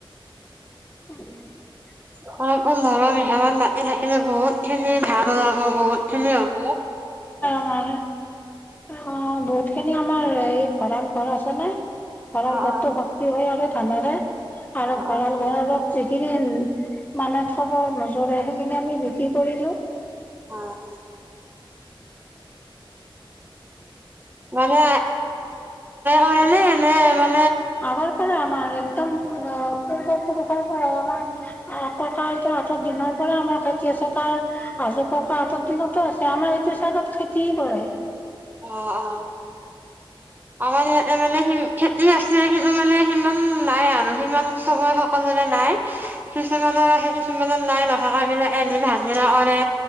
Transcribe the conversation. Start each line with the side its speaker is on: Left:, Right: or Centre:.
Left: <inaudible>
Right: <unintelligible> এই থাকিলে বহুত খিনি ধান ওলাব বহুত খিনি হ'ব।
Left: <unintelligible> অ বহুত খিনি আমাৰ এই ভঁৰাল ঘৰ আছে না। ভঁৰাল
Right: অ',
Left: ঘৰতটো
Right: অ',
Left: ভৰ্তি হয় আৰু ধানেৰে আৰু
Right: অ',
Left: ভঁৰাল
Right: অ',
Left: ঘৰ যিখিনি মানে খবৰ <unintelligible> সেইখিনি আমি বিক্ৰী কৰি দিওঁ।
Right: অ', মানে মানে <unintelligible> নে মানে,
Left: আগৰ পৰা আমাৰ এ, একদম পূৰ্ব পূৰ্ব-পুৰুষৰ পৰা আমাৰ আ ককা-আইতা হঁতৰ দিনৰ পৰা আমাৰ খেতি আছে। তাপা আজো-ককা হঁতৰ দিনতো আছে, আমাৰ এইটো চাইডত খেতি কৰে।
Right: আ অ। আমাৰ ইয়াতে মানে সি খেতি আছে সেইটো মানে সিমান <unintelligible> নাই আৰু সিমান চবৰে সকলোৰে নাই কিছুমানৰ ৰাখে কিছুমানৰ নাই নথকা বিলাক এমিল হাজিৰা কৰে